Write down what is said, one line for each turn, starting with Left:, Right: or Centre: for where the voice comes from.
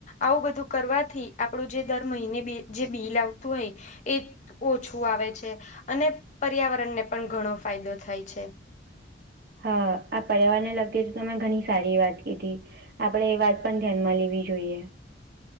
Left: આવું બધું કરવાથી આપણું જે દર મહિને જે બિલ આવતું હોય એ. ઓછું આવે છે અને પર્યાવરણને પણ ઘણો ફાયદો થાય છે.
Right: હા આ પર્યાવાર ને લગતી હતી તમે ઘણી સારી વાત કીધી. આપડે એ વાત પણ ધ્યાનમાં લેવી જોઈએ.